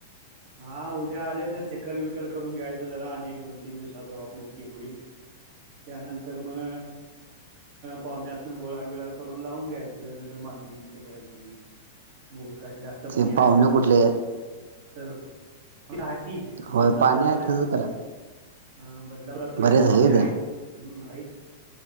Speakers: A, on the right; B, on the right.
A: हा उद्या आले तर चिकल बिकल करून घ्यायचं जरा आणि एक दोन तीन दिवसात वाप मोठी होईल.
B: <inaudible>
A: त्यानंतर म पाहुण्यासन गोळा बिळा करून लावून घ्यायचं नाही तर माणस बिनस बघायची. बघूया कायतरी आता
B: ते
A: पण मी हाय
B: पाहुणे
A: शेतातच
B: कुठले
A: तर तिथ
B: होय
A: बदलापुरात
B: पाणी आहे
A: बरेच
B: तसंच करा
A: हा बदलापुरात थोडे
B: बरेच
A: पाहुणे
B: आहेत
A: हाईत हम्म हाइंत.